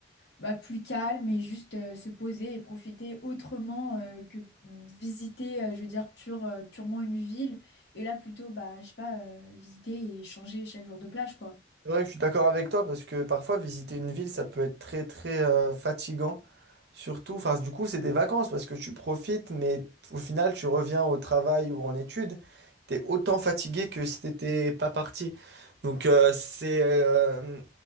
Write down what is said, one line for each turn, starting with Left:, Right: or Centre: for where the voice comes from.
Left: bah, plus calme et juste euh, se poser et profiter autrement euh, que visiter, euh, je veux dire, pure, euh, purement une ville. Et là, plutôt, bah, je sais pas, euh, visiter et changer chaque jour de plage, quoi.
Right: C'est vrai que je suis d'accord avec toi parce que parfois visiter une ville ça peut être très très euh, fatigant surtout enfin du coup c'est des vacances parce que tu profites mais au final tu reviens au travail ou en études t'es autant fatigué que si t'étais pas parti donc euh, c'est euh,